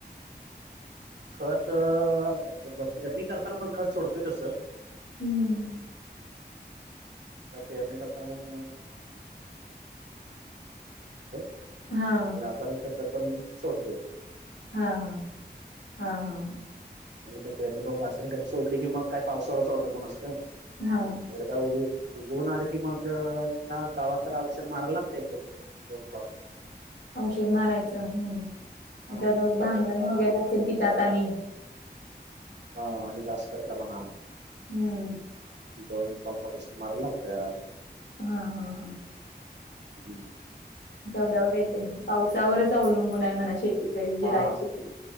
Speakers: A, on the right; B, on the left.
A: खत पेरणी करताना पण खत सोडतोय तसं.
B: हम्म.
A: तर पेरणी करताना मग <unintelligible>
B: हा.
A: रासायनिक खत पण सोडते.
B: हा हा हा हा.
A: हे त्यांनी मग रासायनिक खा सोडली की मग काय पावसावरच अवलंबून असतं.
B: हा.
A: एकदा उगू उगवून आलं की मग त्यांना तवा तर औषण मारायला लागतय एक दोन होत
B: औषध मारायचं हम्म मग
A: हा
B: त्यात
A: फुलं
B: भांगलण
A: सुटताना
B: वगैरे
A: म्हणा
B: असेल कि त्यात आणि
A: हा आणि जास्त प्रमाणात.
B: हम्म.
A: <unintelligible> त्याला
B: हां, हां, हां.
A: हम्म.
B: तेवड्यावर येते पावसावरच अवलंबून आहे म्हणा शेती ज जी
A: हा
B: राय शेती